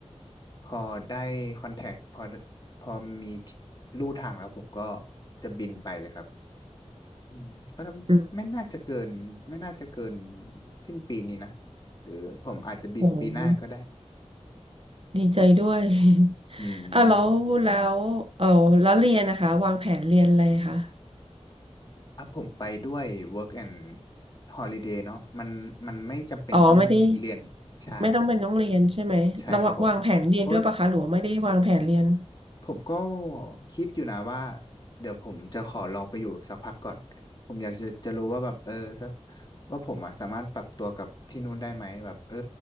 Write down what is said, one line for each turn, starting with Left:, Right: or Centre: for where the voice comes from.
Left: พอได้คอนแทคพอพอมีที่ลู่ทางแล้วผมก็จะบินไปเลยครับ อืมก็
Right: อืม
Left: ไม่น่าจะเกินไม่น่าจะเกินสิ้นปีนี้นะหรือผมอาจจะบินปีหน้าก็ได้
Right: โหดีใจด้วย <laughs>
Left: อืม
Right: อ่ะแล้วแล้วเออแล้วเรียนนะคะวางแผนเรียนอะไรคะ
Left: อ่ะผมไปด้วย work and holiday เนาะมันมันไม่จำเป็นต้องเรียนใช่
Right: อ๋อไม่ได้ไม่ต้องเป็นต้องเรียนใช่ไหมเราวางแผนเรียนด้วยปะคะหรือว่าไม่ได้วางแผนเรียน
Left: ใช่ครับผมโอ้ ผมก็คิดอยู่นะว่าเดี๋ยวผมจะขอลองไปอยู่สักพักก่อนผมอยากจะจะรู้ว่าแบบเออสักว่าผมอะสามารถปรับตัวกับที่นู่นได้ไหมแบบเออ